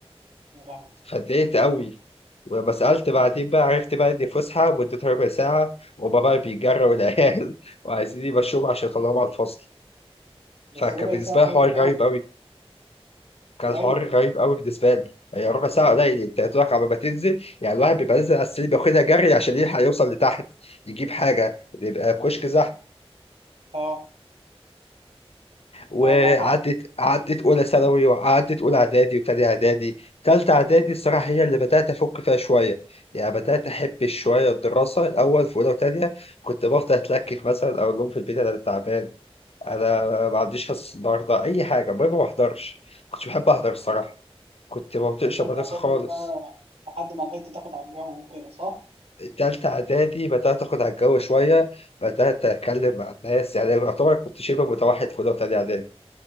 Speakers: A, on the right; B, on the left.
A: يا لهوي
B: فاتضايقت قوي وبس سألت بعدين بقى عرفت بقى إن فسحة مدتها ربع ساعة وهما بقى بيجروا العيال <laughs> وعايزين يمشوهم عشان يطلعوهم على الفصل
A: بس
B: فكان
A: ربع
B: بالنسبة
A: ساعة قليل
B: لي حوار
A: أوي
B: غريب قوي كان
A: قليل
B: حوار غريب قوي بالنسبة لي هي ربع ساعة قليل أنت يا دوبك على ما تنزل يعني الواحد بيبقى نازل على السرير بياخدها جري عشان يلحق يوصل لتحت يجيب حاجة بيبقى كشك زحمة
A: أه
B: وعدت
A: هو الموضوع كان
B: عدت
A: غريب.
B: اولى ثانوي وعدت اولى اعدادي وتاني اعدادي تالتة اعدادي الصراحه هي اللي بدات افك فيها شويه يعني بدات احب شويه الدراسه الاول في اولى وتانية كنت بفضل اتلكك مثلا اقول لهم في البيت انا تعبان انا ما عنديش حصه النهارده اي حاجه المهم ما بحضرش كنتش بحب احضر الصراحه كنت ما بطيقش
A: تالتة
B: المدرسه
A: إعدادي
B: خالص
A: بقى لحد ما لحقت تاخد على الجو وكده صح؟
B: تالتة إعدادي بدأت آخد على الجو شوية بدأت أتكلم مع الناس يعني يعتبر كنت شبه متوحد في أولى وتانية إعدادي